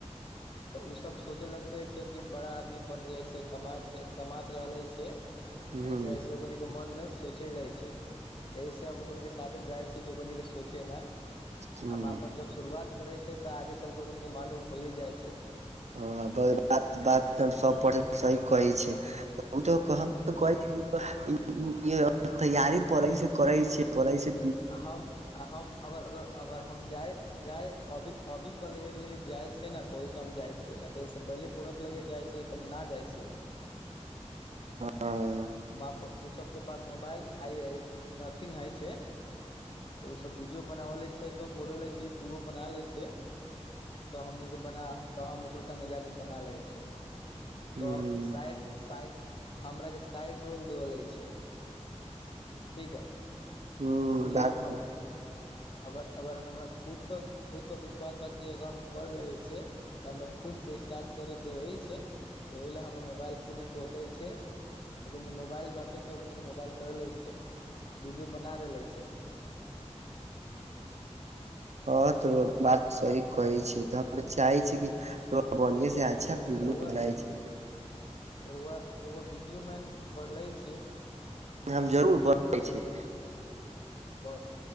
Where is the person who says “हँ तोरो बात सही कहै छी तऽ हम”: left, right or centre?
Right